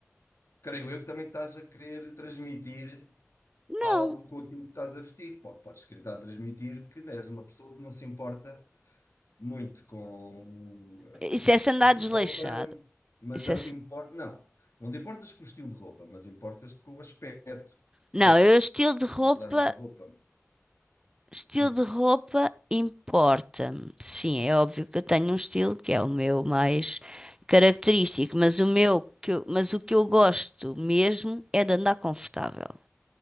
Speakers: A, on the left; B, on the right.
A: creio eu que também estás a querer transmitir.
B: Não,
A: algo com aquilo que estás a vestir. Pode- Podes tentar transmitir que és uma pessoa que não se importa muito com o, eh,
B: isso
A: o estilo
B: é se andar desleixado.
A: de roupa, mas
B: Isso
A: já
B: é se-
A: importa. Não, não te importas com o estilo de roupa, mas importas-te com o aspecto. Ou
B: Não,
A: seja,
B: eu estilo de
A: podes
B: roupa.
A: usar uma roupa.
B: Estilo
A: Hum,
B: de roupa importa-me. Sim, é óbvio que eu tenho um estilo que é o meu mais característico, mas o meu que eu- mas o que eu gosto mesmo é de andar confortável.